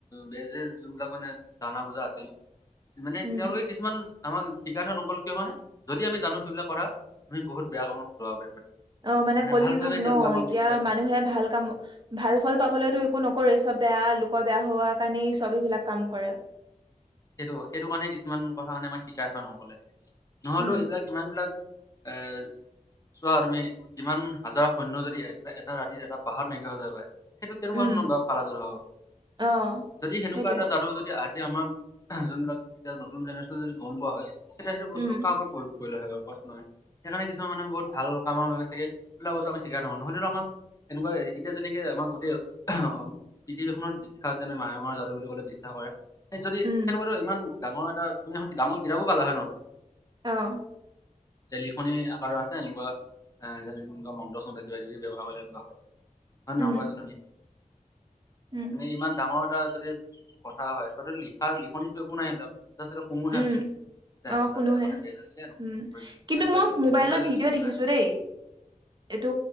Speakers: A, on the left; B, on the right.
A: বেজে যোনবিলাক মানে জানা বুজা আছিল। মানে
B: উম
A: তেওঁলোকে কিছুমান আমাক শিকা থ নক'ল কিয় হয়ানে যদি আমি জানো সেইবিলাক কথামি বহুত বেয়া কামতো ব্যৱহাৰ কৰিব পাৰো। মানে
B: অ মানে কলি
A: ভাল ভাবে
B: যুগ
A: তেওঁলোকে
B: ন
A: আমাক
B: এতিয়া
A: আমি শিকাই থৈ
B: মানুহে
A: নগ'ল।
B: ভাল কাম ভাল ফল পাবলৈতো একো নকৰে চব বেয়া লোকৰ বেয়া হোৱা কাৰণেই চব এইবিলাক কাম কৰে।
A: সেইটো সেইটো কাৰণে কিছুমান কথা মানে আমাক শিকাই আছ ন অংকলে নহলেও
B: উম
A: এইবিলাক ইমান বিলাক এ চোৱা তুমি কিমান হাজাৰ সৈন্য যদি এটা এটা ৰাতিত এটা পাহাৰ নাইকীয়া হৈ যাব পাৰে। সেইটো কেনেকুৱা
B: উম
A: ধৰণৰ বাৰু কালাযাদু হওক
B: অ
A: যদি সেনেকুৱা
B: সেইটোৱে
A: এটা যাদু যদি আ যেতিয়া আমাৰ যোনবিলাক এতিয়া নতুন জেনেৰেশ্যন যদি গম পোৱা হয় তেতিয়া সেইটো বস্তু
B: উম
A: কাৰব প্ৰয়োগ কৰি ল হয়য় সেইকাৰণে কিছুমান মানুহে বহুত ভাল কামৰ বাবে চাগে সবিলাক বস্তু আমি শিকাই থৰো নহ'লেতো আমাক এনেকুৱা এতিয়া যেনেকে আমাক গোটেই আহ পৃথিৱীখনত যেনে মায়ঙৰ যাদু বুলি ক'লে বিশ্বাস কৰে। সেই
B: উম
A: সন মোৰ ইমান ডাঙৰ এটা তুমি ডাঙৰ কিতাবো পালা হয় ন
B: আহ
A: যে লিখনি আকাৰৰ আছে এনেকুৱা এ যে এনেকুৱা মন্ত্ৰ চন্ত্ৰ কিবা কিবি ব্যৱহাৰ কৰেলে তেনেকুৱা অ
B: উম
A: নবোৱাচ আজি
B: উম
A: এনে ইমান ডাঙৰ এটা যদি কথা হয় টতেলি তাৰ লিখনিতো একো নাই এইবিলাক তাৰপিছতে কুমোহে
B: উম
A: আমি যে
B: অ শুনোহে
A: তাতে আগতে বেজ আছিলে
B: উম কিন্তু
A: এক বেজ
B: মই
A: কৰিছিলো
B: মোবাইলত
A: আজ
B: ভিডিঅ' দেখিছো
A: নাই
B: দেই এইটো